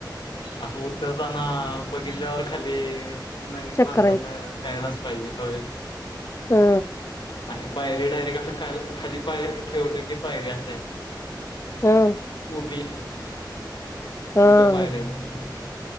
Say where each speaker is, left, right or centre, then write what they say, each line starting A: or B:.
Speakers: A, on the left; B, on the left.
A: असं उत्तरताना बघितल्यावर खाली नवीन
B: चक्कर
A: माणसांना गायलाच पाहिजे. हो.
B: हम.
A: अ पायरी डायरेक्ट अस ख खाली पायरी ठेवलेी पायरी असा आहे.
B: ह
A: उभी
B: ह
A: उभ्या पायर्या आहेत.